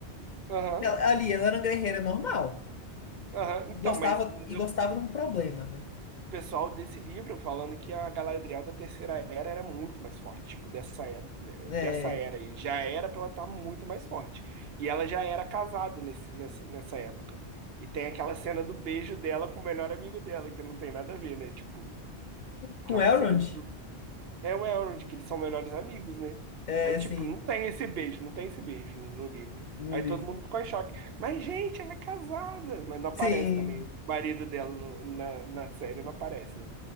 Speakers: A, on the right; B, on the left.
A: Aham.
B: Ela- Ali, ela era uma guerreira normal.
A: Aham. Então,
B: Gostava
A: mas o
B: e gostava de um problema, né?
A: pessoal desse livro falando que a Galadriel da Terceira Era era muito mais forte, tipo, dessa era,
B: É,
A: dessa era aí. Já era pra ela estar muito mais forte. E ela já era casada nesse, nessa, nessa época. E tem aquela cena do beijo dela com o melhor amigo dela, que não tem nada a ver, né? Tipo,
B: com
A: aquela
B: Elrond,
A: cena de É o Elrond, que eles são melhores amigos, né?
B: é
A: Aí, tipo,
B: sim.
A: não tem esse beijo, não tem esse beijo no, no livro.
B: no
A: Aí
B: livro.
A: todo mundo ficou em choque. Mas, gente, ela é casada. Mas não aparece
B: Sim,
A: também. O marido dela no- na, na série não aparece, né?